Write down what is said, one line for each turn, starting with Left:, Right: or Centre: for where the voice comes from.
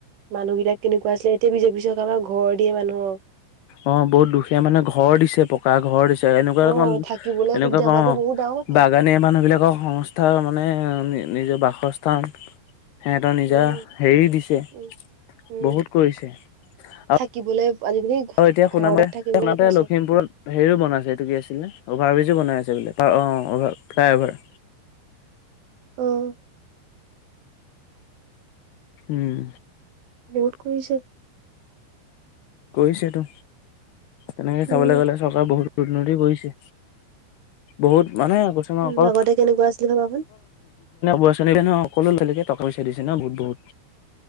Right: মানুহবিলাক কেনেকুৱা আছিলে, এতিয়া বিজেপি চৰকাৰৰপৰা ঘৰ দিয়ে মানুহক।
Left: অ' বহুত দুখীয়া মানুহক ঘৰ দিছে, পকা ঘৰ দিছে, এনেকুৱা
Right: অ
Left: কন
Right: থাকিবলৈ
Left: এনেকুৱা
Right: সুবিধা
Left: পাওঁ
Right: পোৱাতো
Left: অ'।
Right: বহুত ডাঙৰ কথা
Left: বাগানে মানুহবিলাকৰ সংস্থা মানে নিজৰ বাসস্থান সিহঁতৰ নিজা
Right: উম
Left: হেৰি দিছে,
Right: উম, উম,
Left: বহুত কৰিছে। আৰু
Right: থাকিবলৈ আজিকালি
Left: অ' এতিয়া শুনাম
Right: ঘৰ এটাত থাকিবলৈ
Left: সাতে
Right: মাত্ৰ আছে।
Left: লখিমপুৰত হেৰিও বনাইছে হেইটো কি আছিলে অভাৰ ব্ৰিজ। বনাই আছে বোলে। অ' ফ্লাই অভাৰ।
Right: অ'।
Left: উম।
Right: বহুত কৰিছে।
Left: কৰিছেতো। তেনেকে
Right: উম,
Left: চাবলৈ গ'লে চৰকাৰে বহুত ননদী গৈছে। বহুত <unintelligible> পইচা দিছে
Right: উম,
Left: ন
Right: আগতে কেনেকুৱা আছিলে ভাবাচোন।
Left: বহুত বহুত।